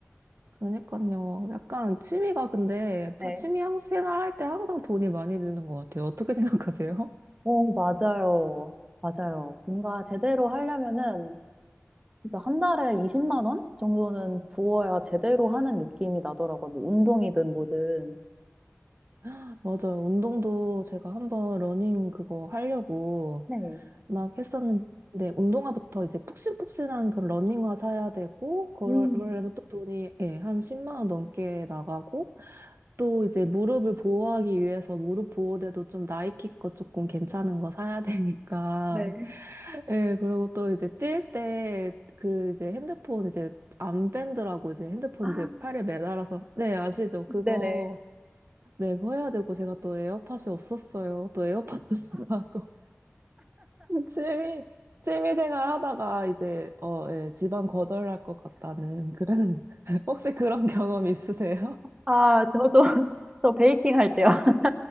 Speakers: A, on the right; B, on the right.
A: 그러니까요. 약간 취미가 근데
B: 네.
A: 다 취미 한- 생활할 때 항상 돈이 많이 드는 것 같아요. 어떻게 생각하세요?
B: 오, 맞아요. 맞아요. 뭔가 제대로 하려면은 진짜 한 달에 20만 원 정도는 부어야 제대로 하는 느낌이 나더라고요. 뭐 운동이든 뭐든.
A: <laughs> 맞아요. 운동도 제가 한번 러닝 그거 하려고
B: 네.
A: 막 했었는데 운동화부터 이제 푹신푹신한 그런 러닝화 사야 되고 그러려면
B: 음,
A: 또 돈이 예, 한 10만 원 넘게 나가고 또 이제 무릎을 보호하기 위해서 무릎 보호대도 좀 나이키 거 조금 괜찮은 거 사야 되니까
B: 네.
A: 예, 그리고 또 이제 뛸 때 그 이제 핸드폰 이제 암밴드라고 이제 핸드폰
B: 아,
A: 이제 팔에 매달아서 네, 아시죠? 그거
B: 네네.
A: 네, 그거 해야 되고 제가 또 에어팟이 없었어요. 또 에어팟도 <laughs> 사고 취미 취미 생활 하다가 이제 어, 예, 집안 거덜날 것 같다는 그런 <laughs> 혹시 그런 경험 있으세요?
B: 아, 저도 <laughs> 저 베이킹 할 때요. <laughs>